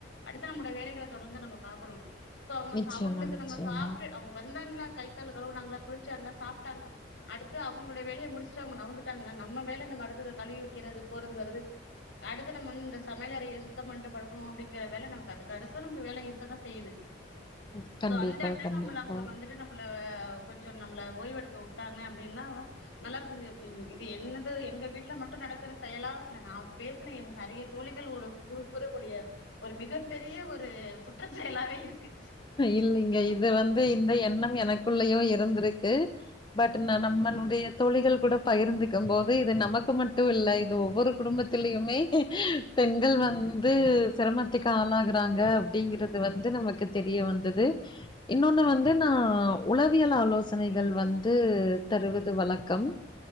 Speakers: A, on the left (about 85°); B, on the left (about 25°).
A: அடுத்து நம்முடைய வேலைகள தொடர்ந்து நம்ம பாக்கணும் சோ அவுங்க
B: நிச்சயமா,
A: சா அவுங்களுக்கு
B: நிச்சயமா.
A: நம்ம சாப்ட்டு அவுங்க வந்தாங்களா கை கால் கலுவுனாங்களா குளிச்சாங்களா சாப்ட்டாங்களா அவுங்களுடைய வேலைய முடிச்சுட்டு அவுங்க நவுந்துட்டாங்கன்னா நம்ம வேல நம்ம அடுத்தத கழுவி வெக்கிறது போறது வரது அடுத்து நம்ம வந்து இந்த சமையலறைய சுத்தோ பண்ட்டு படுக்கணு அப்டிங்கிற வேல நமக்கு அதுக்கு அடுத்து நமக்கு வேல இருக்கதா செய்து
B: ம், கண்டிப்பா,
A: சோ அந்த எடத்து
B: கண்டிப்பா.
A: நம்மள அவுங்க வந்துட்டு நம்மள கொஞ்சோ நம்மள ஓய்வெடுக்க உட்டாங்க அப் டினா நல்லாருக்கமுடியு இது என்னது எங்க வீட்ல மட்டு நடக்கற செயலா இல்ல நா பேசனா என் நறைய தோழிகள் ஒட கூறக்கூடிய ஒரு மிகபெரிய ஒரு குற்றசெயலாவே இருக்கு
B: இல்லைங்க இது வந்து இந்த எண்ணம் எனக்குள்ளயு இருந்திருக்கு பட் நா நம்மளுடைய தோழிகள்கூட பகிர்ந்துக்கபோது இது நமக்கு மட்டு இல்ல இது ஒவ்வொரு குடும்பத்திலியுமே பெண்கள் வந்து சிரமத்துக்கு ஆளாகறாங்க அப்டிங்கறத வந்து நமக்கு தெரிய வந்தது இன்னொன்னு வந்து நா உளவியல் ஆலோசனைகள் வந்து தருவது வழக்கம்